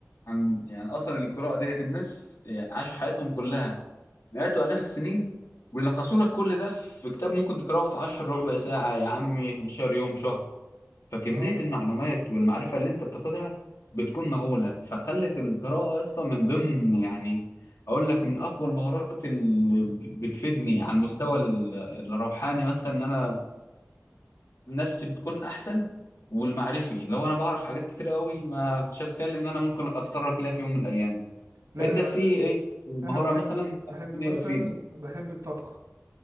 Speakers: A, on the left (about 80°); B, on the right (about 85°).
A: عن يعني اصلا القراءه ديت الناس عاشوا حياتهم كلها مئات وآلاف السنين ويلخصوا لك كل ده في كتاب ممكن تقراه في 10 ربع ساعة يا عمي 15 يوم شهر فكمية
B: اه
A: المعلومات والمعرفة اللي انت بتاخدها بتكون مهولة فخلت القراءة اصلا من ضمن يعني اقول لك من اقوى المهارات اللي بتفيدني على المستوى ال- الروحاني مثلا ان انا نفسي بتكون احسن والمعرفي لو انا بعرف حاجات كتير قوي ما كنتش اتخيل ان انا ممكن اتطرق لها في يوم من الايام
B: لا
A: انت
B: انا
A: في ايه
B: ب...
A: مهارة
B: انا بحب
A: مثلا
B: بحب
A: إن
B: مثلا
A: هي بتفيدك
B: بحب الطبخ